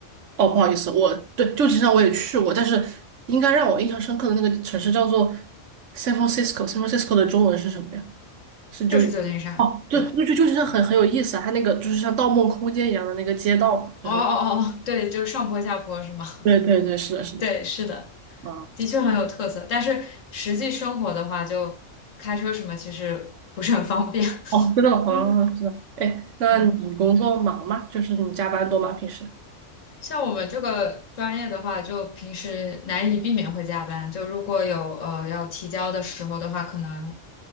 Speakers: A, on the right (about 75°); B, on the left (about 80°).
A: 哦，不好意思，我对旧金山我也去过，但是应该让我印象深刻的那个城市叫做 San Francisco。San Francisco 的中文是什么呀？是旧金山吗。
B: 就是旧金山。
A: 哦，对，
B: 对，
A: 就就旧金山很很有意思啊，它那个就是像《盗梦空间》一样的那个街道嘛，就是
B: 哦哦哦，对，就上坡下坡是吗？
A: 对对对，是的，
B: <laughs>
A: 是的，
B: 对，是的。
A: 啊，
B: 的确很有特色，但是实际生活的话，就开车什么其实不方便。
A: 哦，
B: <laughs>
A: 真的吗？
B: 嗯
A: 啊，是的，哎，那你工作忙吗？
B: 嗯，
A: 就是你加班多吗？平时？
B: 像我们这个专业的话，就平时难以避免会加班。就如果有呃要提交的时候的话，可能